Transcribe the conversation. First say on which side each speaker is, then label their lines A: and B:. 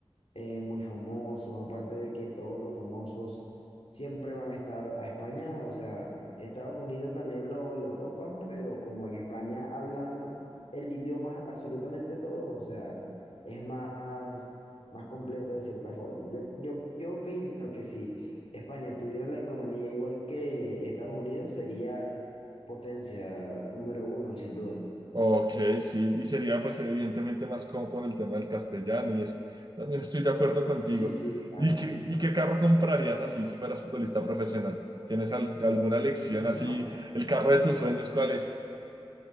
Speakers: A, on the left; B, on the right.
A: eh, muy famosos, aparte de que todos los famosos siempre van a estar a España, o sea, Estados Unidos también lo, lo topan, pero como en España hablan el idioma absolutamente todos, o sea, es más, más completo de cierta forma. Yo, yo, yo opino que si España tuviera la economía igual que Estados Unidos, sería potencia número uno, sin duda.
B: Ok, sí, y sería pues evidentemente más como por el tema del castellano y eso. También estoy de acuerdo contigo.
A: Sí, sí, claro.
B: ¿Y qué, y qué carro comprarías así si fueras futbolista profesional? ¿Tienes al- alguna lección
A: <laughs>
B: así? ¿El carro de tus sueños cuál es?